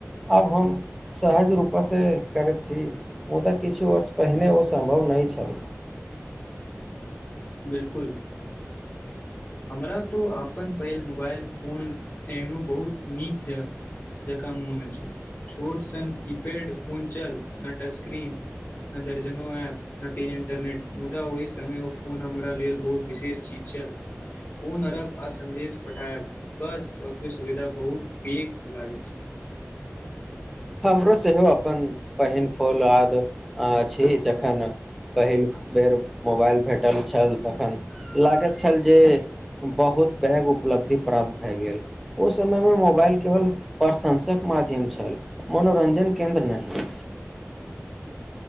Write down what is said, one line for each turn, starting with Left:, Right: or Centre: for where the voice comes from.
Centre: आब हम सहज रूपसँसँ करैत छी मुदा किछु वर्ष पहिने ओ सम्भव नहि छल।
Left: बिलकुल हमरा तो अपन पहिल मोबाइल फोन एहनो बहुत नीक ज जकाँ मोन अछि छोट सन कीपैड फोन चल न टच स्क्रीन न दर्जनो ऐप न तेज इंटरनेट मुदा ओहि समय उ फोन हमरा लेल बहुत विशेष चीज छल फोन अरब आ सन्देश पठायब बस ओतबे सुविधा बहुत पेघ लागै छै।
Centre: हमरो सेहो अपन पहिल फूल आद अछि जखन पहिल बेर मोबाइल भेटल छल तखन लागैत छल जे बहुत पैघ उपलब्धि प्राप्त भए गेल ओहि समयमे मोबाइल केवल प्रशंसक माध्यम छल। मनोरञ्जन केन्द्र नहि